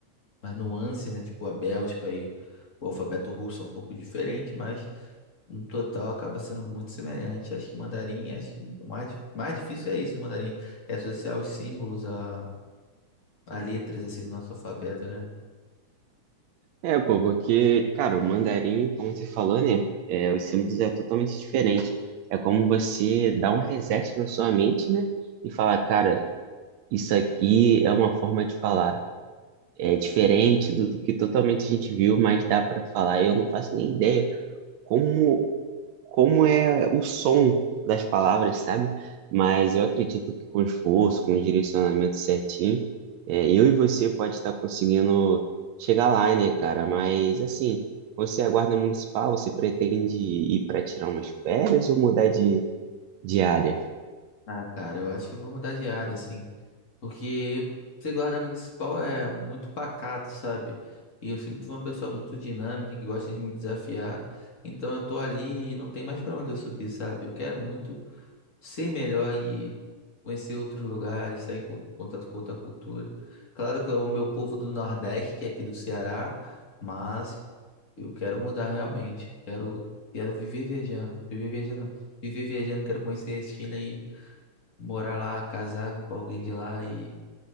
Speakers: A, on the left (about 30°); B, on the right (about 75°).
A: umas nuances, né? Tipo a Bélgica e o alfabeto russo é um pouco diferente, mas no total acaba sendo muito semelhante. Acho que mandarim, acho que o mais, di- mais difícil é isso, o mandarim, é associar os símbolos a, a letras, assim, do nosso alfabeto, né?
B: É, pô, porque, cara, o mandarim, como você falou, né? É, os símbolos é totalmente diferente. É como você dar um reset na sua mente, né? E falar, cara, isso aqui é uma forma de falar. é diferente do, do que totalmente a gente viu, mas dá para falar. Eu não faço nem ideia como, como é o som das palavras, sabe? Mas eu acredito que com esforço, com o direcionamento certinho, é, eu e você pode estar conseguindo chegar lá, né, cara? Mas assim, você é guarda municipal, você pretende ir para tirar umas férias ou mudar de, de área?
A: Ah, cara, eu acho que eu vou mudar de área, assim. Porque ser guarda municipal é muito pacato, sabe? E eu sempre fui uma pessoa muito dinâmica, que gosta de me desafiar. Então eu tô ali, e não tem mais pra onde eu subir, sabe? Eu quero muito ser melhor e conhecer outros lugares, estar em co- em contato com outra cultura. Claro que eu amo meu povo do Nordeste, aqui do Ceará, mas eu quero mudar realmente. Quero, quero viver viajando, viver viajando, viver viajando, quero conhecer a China e morar lá, casar com alguém de lá e